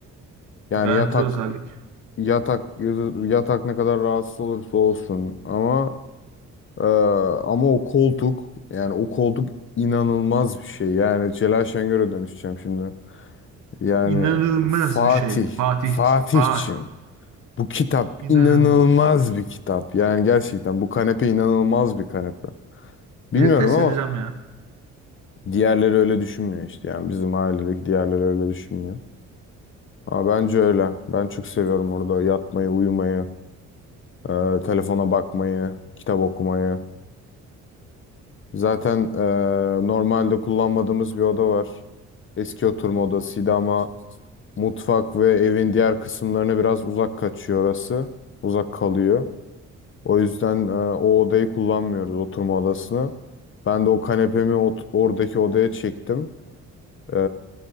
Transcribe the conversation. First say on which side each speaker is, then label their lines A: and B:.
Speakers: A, on the left; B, on the right.
A: Yani
B: Gayet
A: yatak
B: güzel özellik.
A: Yatak yatak ne kadar rahatsız olursa olsun ama e, ama o koltuk yani o koltuk inanılmaz bir şey. Yani Celal Şengör'e dönüşeceğim şimdi. Yani
B: İnanılmaz
A: Fatih,
B: bir şey. Fatih.
A: Fatihçim
B: Fatih.
A: bu kitap
B: İnanılmaz.
A: inanılmaz bir kitap. Yani gerçekten bu kanepe inanılmaz bir kanepe. Bilmiyorum
B: Geri test
A: ama
B: edeceğim ya.
A: diğerleri öyle düşünmüyor işte. Yani bizim ailedeki diğerleri öyle düşünmüyor. Ama bence öyle. Ben çok seviyorum orada yatmayı, uyumayı. Ee, telefona bakmayı, kitap okumayı. Zaten e, normalde kullanmadığımız bir oda var. Eski oturma odasıydı ama mutfak ve evin diğer kısımlarına biraz uzak kaçıyor orası. Uzak kalıyor. O yüzden e, o odayı kullanmıyoruz, oturma odasını. Ben de o kanepemi ot- oradaki odaya çektim. Ee,